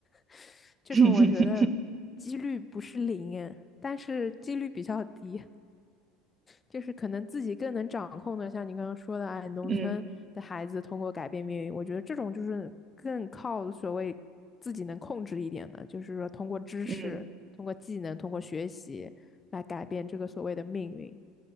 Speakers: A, on the left; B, on the right.
A: <laughs> 这种我觉得几率不是零耶但是几率比较低，
B: <laughs>
A: 就是可能自己更能掌控的，像你刚刚说的，哎，农村的孩子通过改变命运，
B: 嗯
A: 我觉得这种就是更靠所谓自己能控制一点的，就是说通过知识、
B: 嗯
A: 通过技能、通过学习来改变这个所谓的命运。